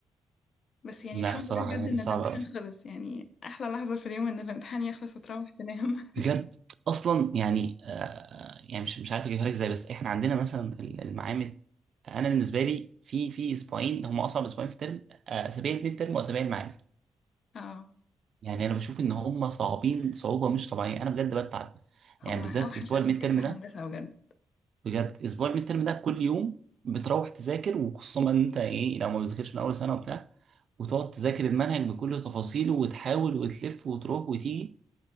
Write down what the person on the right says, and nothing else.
لا
الصراحة
يعني
صعب
قوي
بجد اصلا يعني آه يعني مش مش عارف اجيبها لك ازاي بس احنا عندنا مثلا المعامل انا بالنسبه لي في في اسبوعين هم اصعب اسبوعين في الترم آه، اسابيع الميد ترم واسابيع المعامل
يعني انا بشوف ان هم صعبين صعوبه مش طبيعيه انا بجد بتعب
يعني بالذات
اسبوع
الميد ترم
ده
بجد اسبوع الميد ترم ده كل يوم بتروح تذاكر وخصوصا ان انت ايه لو ما بتذاكرش من اول سنه وبتاع وتقعد تذاكر المنهج بكل تفاصيله وتحاول وتلف وتروح وتيجي